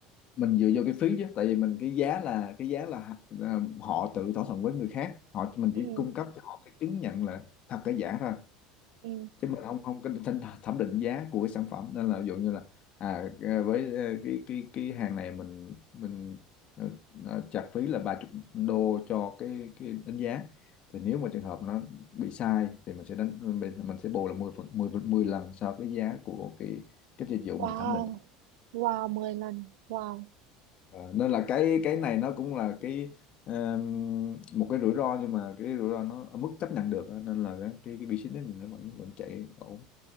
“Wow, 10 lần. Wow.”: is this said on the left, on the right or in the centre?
Right